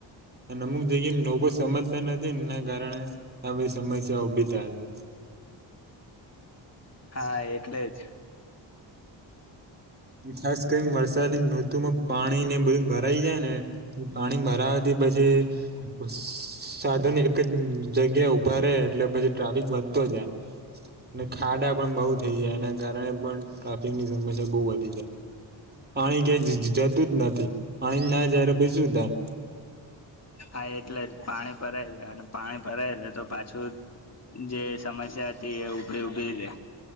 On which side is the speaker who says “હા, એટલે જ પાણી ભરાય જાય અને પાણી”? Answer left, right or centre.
Left